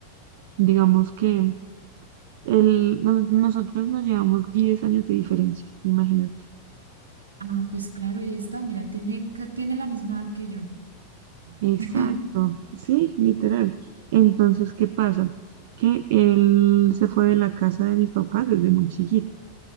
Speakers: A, on the right; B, on the right.
A: digamos que él, nos- nosotros nos llevamos 10 años de diferencia, imagínate.
B: Ah, pues claro, ahí está, mira, tiene, ca- tiene la misma edad que yo.
A: Exacto,
B: <laughs>
A: sí, literal. Entonces, ¿qué pasa? Que él se fue de la casa de mis papás desde muy chiquito,